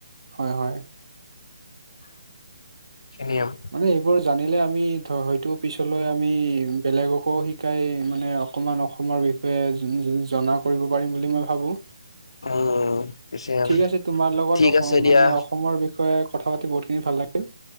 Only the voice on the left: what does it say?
খিনিয়ম
উম পিছে
ঠিক
আছে দিয়া।